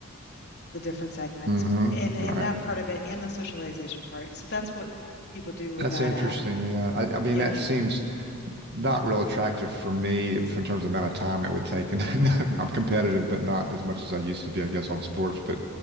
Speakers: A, on the left; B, on the right.
A: the different segments
B: hmm
A: and and
B: Right.
A: that part of it and the socialization part. So that's what people do with
B: That's
A: that
B: interesting.
A: app.
B: Yeah. I, I
A: Yeah.
B: mean, that seems not real attractive for me in terms of the amount of time it would take. And <laughs> I'm competitive, but not as much as I used to be, I guess, on sports. But